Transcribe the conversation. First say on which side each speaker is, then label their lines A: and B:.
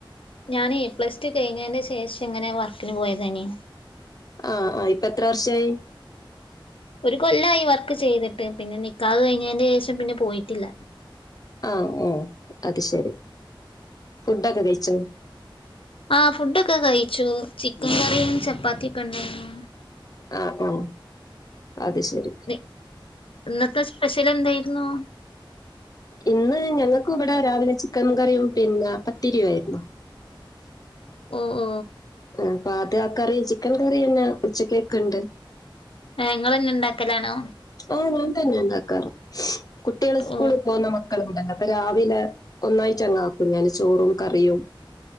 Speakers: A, on the left; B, on the left.
A: ഞാനെ പ്ലസ് ടു കയ്ഞ്ഞെന്റെ ശേഷം ഇങ്ങനെ വർക്കിന് പോയതനി
B: ആഹ ആഹ ഇപ്പെത്ര വർഷായി
A: ഒരു കൊല്ലായി വർക്ക് ചെയ്തിട്ട് പിന്നെ നിക്കാഹ് കയ്ഞ്ഞെന്റെഷം പിന്നെ പോയിട്ടില്ല
B: ആഹ ഓ അത് ഷെരി ഫുഡൊക്കെ കയ്ച്ചോ
A: ആഹ ഫുഡൊക്കെ കയ്ച്ചു ചിക്കൻ കറിയും ചപ്പാത്തി ഒക്കെ ഇണ്ടായ്ര്ന്നു
B: ആഹ ആഹ അത് ശരി
A: നി ഇന്നത്തെ സ്പെഷ്യൽ എന്തായ്രുന്നു
B: ഇന്ന് ഞങ്ങക്കും ഇവിടെ രാവിലെ ചിക്കൻ കറിയും പിന്നെ പത്തിരിയുവായിരുന്നു
A: ഓ ഓ
B: അപ്പആത്യാ കറി ചിക്കൻ കറിഎന്നെ ഉച്ചക്കെക്ക് ണ്ട്
A: ഏ ഇങ്ങളെ ന്നെ ഉണ്ടാക്കലാണോ
B: ഓ ഓം തന്നെ ഇണ്ടാക്കാറ് കുട്ടികള് സ്കൂളി
A: ഓ
B: പോന്ന മ മക്കളുണ്ടല്ല അപ്പ രാവിലെ ഒന്നായ്റ്റങ്ങാക്കും ഞാന് ചോറും കറിയും